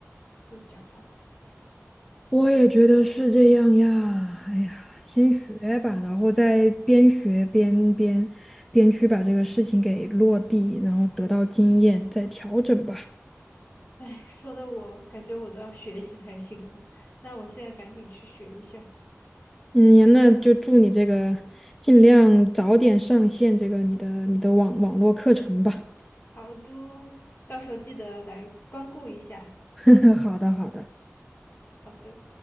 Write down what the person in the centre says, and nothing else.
我也觉得是这样呀。哎呀，先学吧，然后再边学边边边去把这个事情给落地，然后得到经验，再调整吧。
嗯呀那就祝你这个尽量早点上线这个你的你的网网络课程吧。
<laughs> 好的，好的。